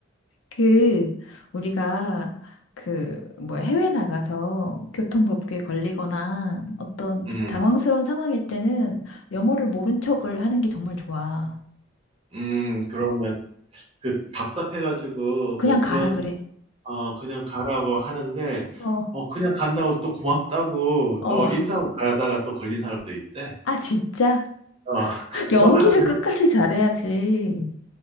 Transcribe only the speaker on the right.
음,
음, 그러면 그 답답해가지고
뭐 그런
어 그냥 가라고 하는데
어 그냥 간다고 또 고맙다고
또 인사하고 가다가 또 걸린 사람도 있대.
어. <laughs>
너 알아들어?